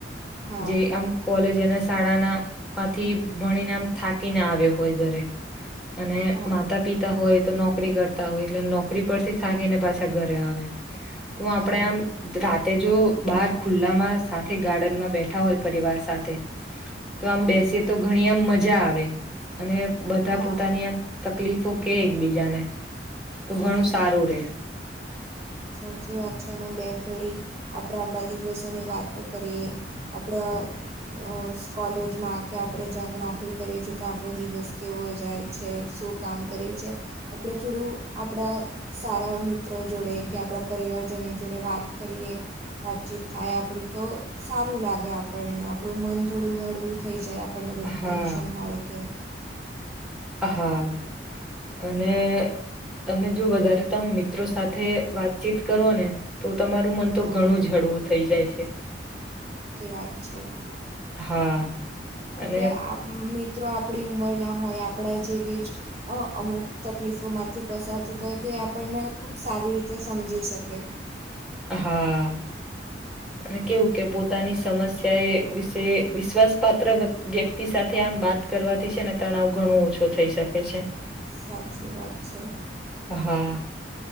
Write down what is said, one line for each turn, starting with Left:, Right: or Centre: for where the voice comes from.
Right: હા
Centre: જે એમ કોલેજ તેને શાળાના માંથી વણી નામ થાકીને આવ્યો હોય ઘરે. અને
Right: હા
Centre: માતા પિતા હોય તો નોકરી કરતા હોય એટલે નોકરી પરથી થાકીને પાછા ઘરે આવે. તો આપણેે
Right: હા
Centre: આમ રાતે જો બાર ખુલ્લામાં સાથે ગાર્ડનમાં બેઠ ઠા હોય પરિવાર સાથે, તો
Right: હા
Centre: આમ બેસી તો ઘણી આમ મજા આવે. અને બધા
Right: હા
Centre: પોતાની આમ તકલીફો કે એકબીજાને. તો
Right: હા
Centre: ઘણું સારું રે.
Right: સાચી વાત છે અને બે ઘડી, આપણે આપણા દિવસોની વાતો કરીએ, આપણા હા. અસ કોલેજમાં કે આપણે જ્યાંળ નોકરી કરીએ છીએ, ત્યાં આપણો દિવસ કેવો જાય છે. શું કામ કરીએ છીએ, આપણે થોડું આપણા સારા મિત્રો, જોડે. કે આપણા પરિવારજનો જોડે, વાત કરીએ વાતચીત થાય, આપણી તો સારું લાગે આપણે. આપણને આપણું મન થોડું હળવું થઈ, જાય આપણને કોઈક
Centre: હા
Right: ટેન્શન હોય, કે
Centre: હા, અને. તમે જો વધારે, તમે મિત્રો સાથે વાતચીત કરો ને, તો તમારું મન,
Right: હા
Centre: તો ઘણું જ હળવું થઈ, જાય છે.
Right: ક છેે.
Centre: હા
Right: કારણ
Centre: અને
Right: કે, મિત્રો આપણી ઉમર ના હોય, આપણા જે વેજ અમુક તકલીફોમાંથી પસાર થતો હોય, તો એ આપણને ખૂબ સારી રીતે સમજી. શકે.
Centre: હા. અને કેવું કે, પોતાની સમસ્યા એ વિશે વિશ્વાસ પાાત્ર વ્યક્તિ, સાથે આમ વાત ત કરવાથી છેને, તણાવ ઘણું ઓછો થઈ, શકે છે
Right: સાચી વાત છે
Centre: હા